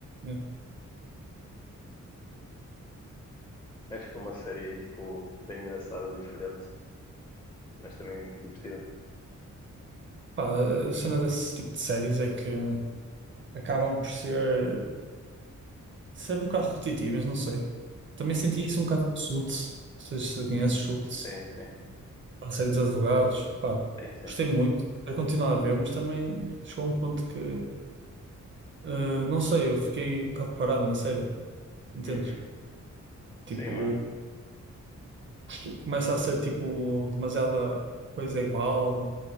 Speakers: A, on the right; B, on the left.
A: É.
B: Acho que é uma série, tipo, bem engraçada, diferente, mas também divertida.
A: Pá, a cena desse tipo de séries é que acabam por ser, ser um bocado repetitivas, não sei. Também
B: Uhum.
A: senti isso um bocado com Suits, não sei se conheces Suits,
B: Sim, sim.
A: a série dos advogados. Pá,
B: Sim, sim.
A: gostei muito, quero continuar a ver, mas também chegou a um ponto que Uh, não sei, eu fiquei um bocado parado na série, entendes?
B: Uhum.
A: Tipo,
B: Sim, mano.
A: isto começa a ser tipo demasiada coisa igual